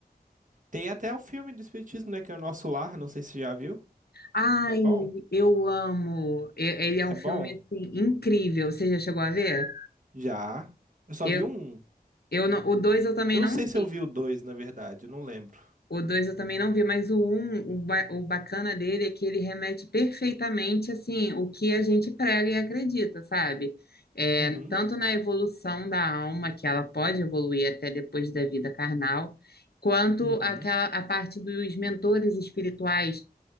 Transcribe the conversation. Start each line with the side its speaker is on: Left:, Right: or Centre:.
Right: Tem até o filme do espiritismo, né, que é o Nosso Lar, não sei se você já viu.
Left: Ai,
Right: É bom?
Left: eu amo. E- Ele é
Right: É
Left: um filme
Right: bom?
Left: assim incrível. Você já chegou a ver?
Right: Já. Eu só
Left: Eu,
Right: vi um.
Left: eu não- o dois eu também
Right: Eu não
Left: não
Right: sei se
Left: vi.
Right: eu vi o dois, na verdade, eu não lembro.
Left: O 2 eu também não vi, mas o um, o, ba- o bacana dele é que ele remete perfeitamente, assim, o que a gente prega e acredita, sabe? É,
Right: Uhum,
Left: tanto na evolução da alma, que ela pode evoluir até depois da vida carnal, quanto
Right: uhum,
Left: aquela, a parte dos mentores espirituais